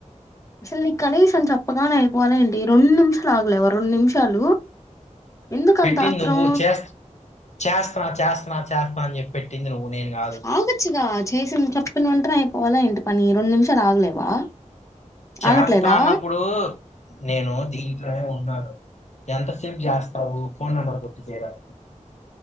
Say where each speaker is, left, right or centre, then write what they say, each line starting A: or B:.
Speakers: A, on the left; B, on the left.
A: మళ్లీ కనీసం చెప్పగానే ఎళ్లిపోవాల ఏంటి రెండు నిమిషాలు ఆగలేవా రెండు నిమిషాలు ఎందుకంత
B: పెట్టింది
A: ఆత్రం
B: నువ్వు చేస్ చేస్తున్నా చేస్తన్నా చేస్తన్నా అని జెప్పి పెట్టింది నువ్వు నేను కాదు
A: ఆగొచ్చుగా చేసిన చెప్పిన వెంటనే అయిపోవాలా ఏంటి పని రెండు నిమిషాలు ఆగలేవా
B: చేస్తాన్న
A: ఆగట్లేదా
B: అన్నప్పుడు నేను దీంట్లోనే ఉన్నాను ఎంత సేపు జేస్తావు ఫోన్ నంబర్ కొట్టి చేయడానికి